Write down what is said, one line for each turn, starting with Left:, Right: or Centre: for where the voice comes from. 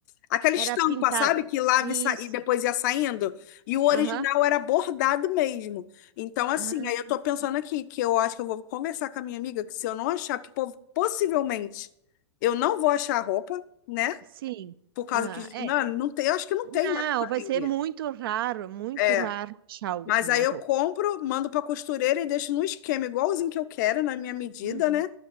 Left: aquela estampa,
Right: Era pintado.
Left: sabe? Que lava
Right: Isso.
Left: e, sa- e depois ia saindo. E o original
Right: Aham.
Left: era bordado mesmo. Então, assim,
Right: Ah,
Left: aí eu tô pensando
Right: sim.
Left: aqui que eu acho que eu vou conversar com a minha amiga que se eu não achar, que po- possivelmente eu não vou achar a roupa, né?
Right: Sim.
Left: Por causa
Right: Ah,
Left: que.
Right: é.
Left: Não, não tem, eu acho que não
Right: Não,
Left: tem mais pra
Right: vai
Left: vender.
Right: ser muito raro, muito
Left: É.
Right: raro achar alguma
Left: Mas aí eu
Right: roupa.
Left: compro, mando para costureira e deixo no esquema igualzinho que eu quero, na minha medida,
Right: Uhum.
Left: né?